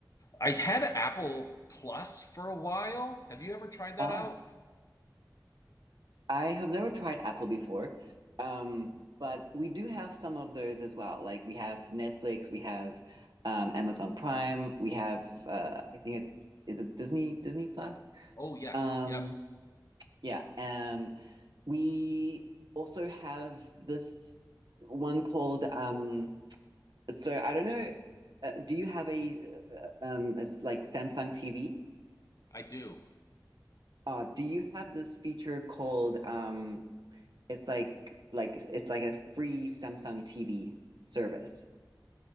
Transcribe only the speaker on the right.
Oh,
I have never tried Apple before. Um, but we do have some of those as well. Like we have Netflix, we have um Amazon Prime, we have uh I think it's is it Disney Disney Plus?
Um,
yeah. Um, we also have this one called um so I don't know, uh, do you have a um it's like Samsung TV?
Uh, do you have this feature called um It's like like it's like a free Samsung TV service.